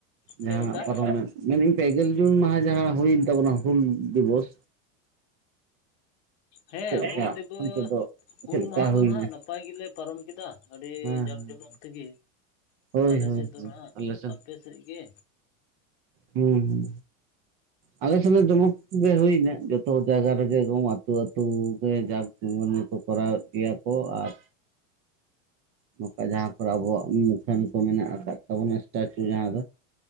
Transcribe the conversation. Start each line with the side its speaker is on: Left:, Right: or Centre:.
Left: ᱪᱮᱫ
Right: ᱡᱟᱦᱟᱸ
Left: ᱞᱮᱠᱟ
Right: ᱯᱟᱨᱚᱢᱮᱱ, ᱢᱮᱱᱟᱹᱧ ᱯᱮᱜᱮᱞ ᱡᱩᱱ ᱢᱟᱦᱟ ᱡᱟᱦᱟᱸ ᱦᱩᱭᱮᱱ ᱛᱟᱵᱚᱱᱟ ᱦᱩᱞ ᱫᱤᱵᱚᱥ
Left: ᱦᱮᱸ
Right: ᱪᱮᱫ ᱞᱮᱠᱟ
Left: ᱦᱩᱞ ᱫᱤᱵᱚᱥ
Right: ᱚᱱᱛᱮ ᱫᱚ
Left: ᱦᱩᱞ
Right: ᱪᱮᱫ ᱞᱮᱠᱟ
Left: ᱢᱟᱦᱟ
Right: ᱦᱩᱭᱱᱟ
Left: ᱫᱚ ᱱᱟᱦᱟᱜ ᱱᱟᱯᱟᱭ ᱜᱮᱞᱮ ᱯᱟᱨᱚᱢ ᱠᱮᱫᱟ ᱟᱹᱰᱤ
Right: ᱦᱮᱸ
Left: ᱡᱟᱠᱼᱡᱚᱢᱚᱠ ᱛᱤᱜᱤ
Right: ᱦᱳᱭ
Left: ᱟᱞᱮᱥᱮᱫ
Right: ᱦᱳᱭ
Left: ᱫᱚ ᱱᱟᱦᱟᱜ
Right: ᱟᱞᱮ ᱥᱮᱱ
Left: ᱟᱯ ᱥᱮᱫ ᱥᱮᱜ ᱜᱮ
Right: ᱦᱩᱸ ᱦᱩᱸ ᱟᱞᱮ ᱥᱮᱱᱟᱜ ᱡᱚᱢᱚᱠ ᱜᱮ ᱦᱩᱭ ᱮᱱᱟ ᱡᱚᱛᱚ ᱡᱟᱭᱜᱟ ᱨᱮᱜᱮ ᱮᱚᱢ ᱟᱹᱛᱩ ᱟᱹᱛᱩ ᱜᱮ ᱡᱟᱠ ᱢᱟᱱᱮ ᱠᱚ ᱠᱚᱨᱟᱣᱮᱫ ᱜᱮᱭᱟ ᱠᱚ ᱟᱨ ᱱᱚᱝᱠᱟ ᱡᱟᱦᱟᱸ ᱠᱚᱨᱮ ᱟᱵᱚᱣᱟᱜ ᱢᱩᱠᱷᱟᱹᱱ ᱠᱚ ᱢᱮᱱᱟᱜ ᱟᱠᱟᱫ ᱛᱟᱵᱚᱱᱟ ᱥᱴᱟᱪᱩᱞᱟ ᱡᱟᱦᱟᱸ ᱫᱚ